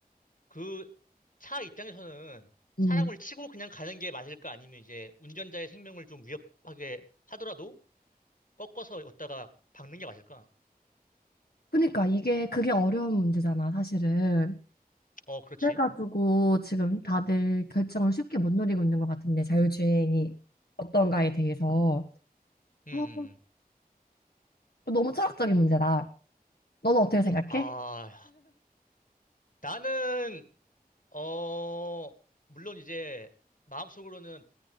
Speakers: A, on the left (about 60°); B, on the left (about 80°).
A: 그 차 입장에서는 사람을
B: 음.
A: 치고 그냥 가는 게 맞을까? 아니면 이제 운전자의 생명을 좀 위협하게 하더라도 꺾어서 왔다가 박는 게 맞을까?
B: 그러니까 이게 그게 어려운 문제잖아, 사실은.
A: 어, 그렇지.
B: 그래가지고 지금 다들 결정을 쉽게 못 내리고 있는 것 같은데, 자율주행이 어떤가에 대해서.
A: 음,
B: 아,
A: 음, 음.
B: 너무 철학적인 문제다. 너는 어떻게 생각해?
A: 아, 나는, 어, 물론 이제 마음속으로는